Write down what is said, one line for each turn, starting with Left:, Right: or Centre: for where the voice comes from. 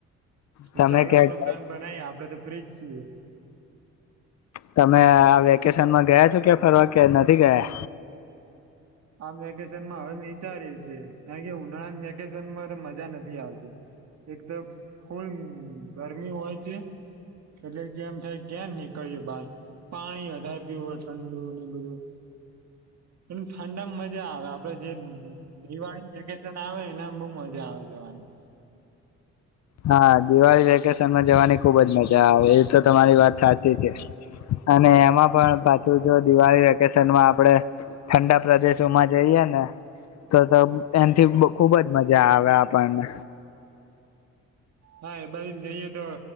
Right: તો
Left: તમે
Right: ચાલો
Left: ક્યાંક
Right: આપડે પ્લાન બનાવી આપડે તો ફ્રીજ છીએ.
Left: તમે આ વેકેશનમાં ગયા છો કે ફરવા કે નથી ગયા.
Right: આ વેકેશનમાં હવે વિચારીએ છીએ કારણ કે ઉનાળાની વેકેશનમાં તો મજા નથી આવતી એક તો ફૂલ ગરમી હોય છે એટલે કે એમ થાય ક્યા નીકળએ બહાર પાણી વધારે પ હોય ઠંડુ ને બધું. ઠંડડામાં મજા. આપડે જે નિવા. વેકેશન આવે નેમ બહુ મજા આવે જવાની.
Left: હા દિવાળી વેકેશનમાં જવાની ખુબ જ મજા આવે એ તો તમારી વાત સાચી છે અને એમાં પણ પાછું જો દિવાળી વેકેશનમાં આપણે ઠંડા પ્રદેશોમાં જઈએ ને તો એનાથી ખુબ જ મજા આવે આપણને.
Right: હા એ બાધુ જઈએ તો